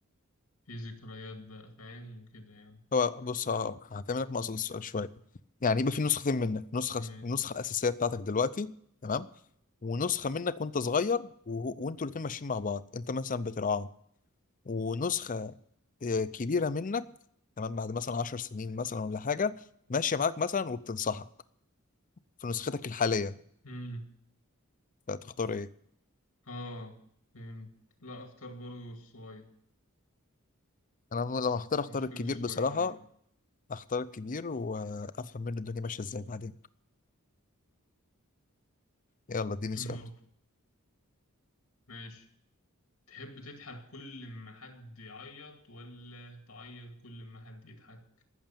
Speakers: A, on the left; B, on the left.
A: فيه ذكريات بقى فاهم وكده يعني
B: هو بص ه- هعتمدك مقصد السؤال شويه يعني يبقى في نسختين منك نسخه
A: ماشي
B: النسخه الاساسيه بتاعتك دلوقتي تمام ونسخه منك وانت صغير وهو- وانتوا الاتنين ماشيين مع بعض انت مثلا بترعاه ونسخه آه، كبيره منك تمام بعد مثلا 10 سنين مثلا ولا حاجه ماشيه معاك مثلا وبتنصحك في نسختك الحاليه
A: مم.
B: فتختار ايه
A: آه فهمت لا أختار برضه الصغير
B: انا لو هختار اختار
A: نسختي
B: الكبير
A: الصغيرة
B: بصراحه
A: مني
B: اختار الكبير وافهم منه الدنيا ماشيه ازاي بعدين يلا اديني
A: يمكن
B: سؤال
A: برضه ماشي تحب تضحك كل ما حد يعيط ولا تعيط كل ما حد يضحك